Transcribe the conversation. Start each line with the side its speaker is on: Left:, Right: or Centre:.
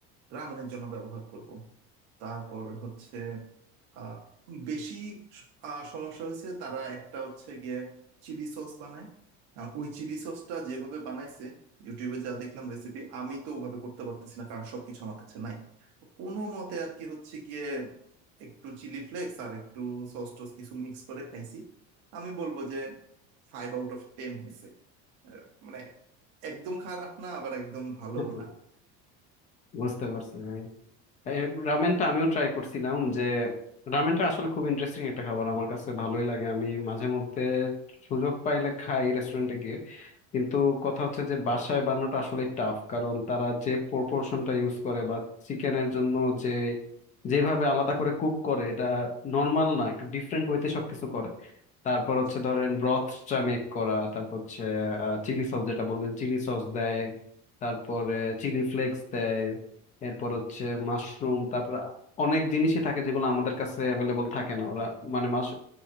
Right: রামেনের জন্য ব্যবহার করব তারপর হচ্ছে আহ বেশি আহ, সমস্যা হয়েছে তারা একটা হচ্ছে গিয়ে চিলি সস বানায় আর ওই চিলি সসটা যেভাবে বানাইছে ইউটিউবে যা দেখলাম রেসিপি আমি তো ওভাবে করতে পারতেছি না কারণ সবকিছু আমার কাছে নাই তো কোনো মতে আর কি হচ্ছে গিয়ে একটু চিলি ফ্লেক্স আর একটু সস টস কিছু মিক্স করে খাইছি আমি বলবো যে ফাইভ আউট অফ টেন হয়েছে আহ, মানে একদম খারাপ না আবার একদম ভালো
Left: হুম, হুম।
Right: না
Left: বুঝতে পারছি ভাই এই রামেনটা আমিও ট্রাই করছিলাম যে রামেনটা আসলে খুব ইন্টারেস্টিং একটা খাবার আমার কাছে ভালোই লাগে আমি মাঝে মধ্যে সুযোগ পাইলে খাই রেস্টুরেন্টে গিয়ে কিন্তু কথা হচ্ছে যে বাসায় বানানোটা আসলে টাফ কারণ তারা যে প্রপোর্শনটা ইউজ করে বা চিকেনের জন্য যে যেভাবে আলাদা করে কুক করে এটা নর্মাল না একটু ডিফারেন্ট ওয়েতে সবকিছু করে তারপর
Right: আচ্ছা
Left: হচ্ছে ধরেন ব্রথটা মেক করা তারপর হচ্ছে চিলি সস যেটা বললেন চিলি সস দেয় তারপরে চিলি ফ্লেক্স দেয় এরপর হচ্ছে মাশরুম তারপর অনেক জিনিসই থাকে যেগুলো আমাদের কাছে অ্যাভেলেবল থাকে না ওরা মানে মাস